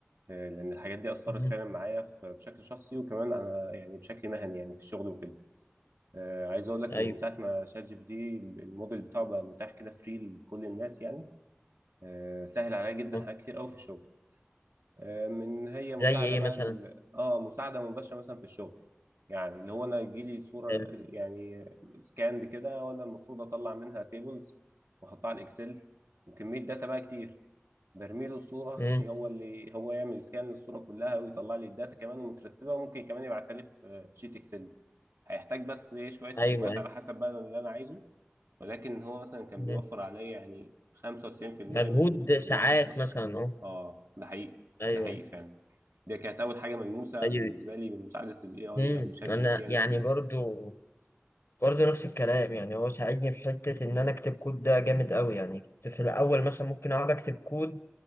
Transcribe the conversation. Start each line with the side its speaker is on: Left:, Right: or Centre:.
Right: آه، لان الحاجات دي اثرت
Left: مم.
Right: فعلا معايا ف- بشكل شخصي وكمان انا يعني بشكل مهني يعني في الشغل وكده آه، عايز اقول لك
Left: ايوه
Right: ان من ساعه ما شات جي بي تي الموديل بتاعه بقى متاح كده فري لكل الناس يعني آه، سهل عليا جدا
Left: آه.
Right: حاجات كتير قوي في الشغل آه، من هي مساعده
Left: زي ايه
Right: بقى
Left: مثلا
Right: ال- اه مساعده مباشره مثلا في الشغل يعني اللي هو انا يجيلي صوره
Left: حلو.
Right: يعني سكان كده وانا المفروض اطلع منها تيبلز واحطها على الاكسل وكميه داتا بقى كتير برمي له الصوره
Left: امم
Right: <laughs> هو اللي هو يعمل سكان للصوره كلها ويطلع لي الداتا كمان مترتبه وممكن كمان يبعتها لي في في شيت اكسل هيحتاج بس ايه شويه فورمات
Left: ايوه ايوه
Right: على حسب بقى اللي انا عايزه ولكن هو مثلا كان
Left: مم.
Right: بيوفر عليا يعني 95%
Left: مجهود
Right: من
Left: ساعات
Right: من وقت التاسك
Left: مثلا اه
Right: اه ده حقيقي
Left: ايوه
Right: ده حقيقي فعلا دي كانت اول حاجه ملموسه
Left: ايوه
Right: بالنسبه لي من مساعده الاي اي
Left: امم
Right: او شات
Left: انا
Right: جي بي تي يعني
Left: يعني
Right: في ال-
Left: برضو برضه نفس الكلام يعني هو ساعدني في حتة إن أنا أكتب كود ده جامد أوي يعني كنت في الأول مثلا ممكن أقعد أكتب كود